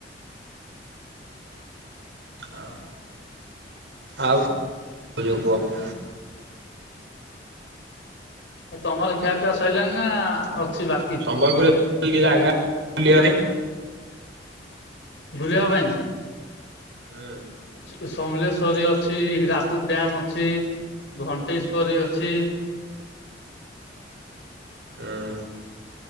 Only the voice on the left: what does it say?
ଏ ତମର ଖିଆପିଆ ସଇଲାଣି ନା ଅଛି ବାକି?
ବୁଲିବା ପାଇଁ?
ସେଟି ସମଲେଶ୍ଵରୀ ଅଛି ହୀରାକୁଦ ଡ୍ୟାମ୍ ଅଛି ଘଣ୍ଟେଶ୍ଵରୀ ଅଛି।